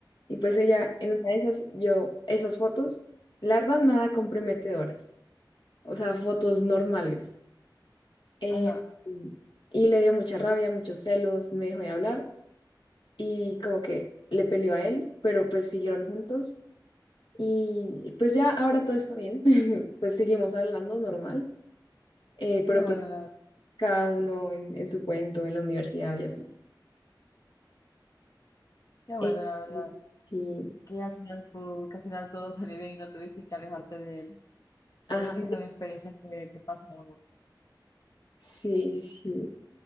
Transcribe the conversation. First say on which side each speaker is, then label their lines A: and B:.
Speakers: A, on the left; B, on the left.
A: Y pues ella en una de esas vio esas fotos, la verdad, nada comprometedoras, o sea, fotos normales. Eh,
B: ajá.
A: mm, y le dio mucha rabia, muchos celos, me dejó de hablar y como que le peleó a él, pero pues siguieron juntos. Y pues ya ahora todo está bien, <laughs> pues seguimos hablando normal, eh, pero
B: Qué bueno
A: pues
B: la,
A: cada uno en, en su cuento, en la universidad y así.
B: qué bueno
A: Eh,
B: la verdad.
A: sí,
B: Que al final, pudo- que al final todo salió bien y no tuviste que alejarte de él.
A: ajá,
B: Pero sí son experiencias que, que pasan. a uno.
A: sí, sí.